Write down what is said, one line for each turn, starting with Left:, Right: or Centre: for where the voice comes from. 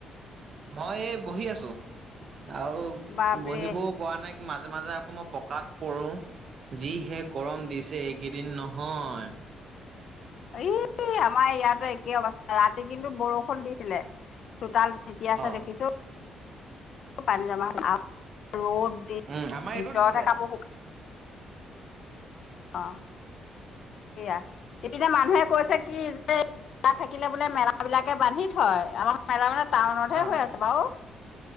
Right: মই এই বহি আছো আৰু
Left: বাপৰে
Right: বহিবও পৰা নাই। মাজে মাজে আকৌ মই পকাত পৰো যি শেষ গৰম দিছে এইকেইদিন নহয়।
Left: ই আমাৰ ইয়াতো একে অৱস্থা ৰাতি কিন্তু বৰষুণ দিছিলে। চোতাল তিতিয়া আছে
Right: অ
Left: দেখিছো পানী জমা ৰ'দ দি
Right: উম আমাৰ এইটো
Left: ভিতৰতে
Right: দিছিলে
Left: কাপোৰ শুকাই অ সয়া ইপিনে মানুহে কৈছে কি মা থাকিলে বোলে মেলা বিলাকে বান্ধি থয় আমাৰ মেলা মানে টাউনতহে
Right: অ
Left: হৈ আছে বাৰু